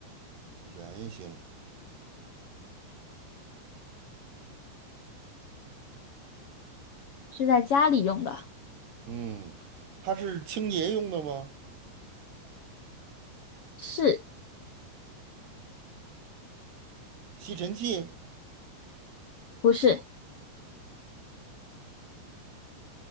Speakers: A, on the right; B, on the left.
A: 圆形。
B: 是在家里用的，
A: 嗯，它是清洁用的吗？
B: 是
A: 吸尘器。
B: 不是？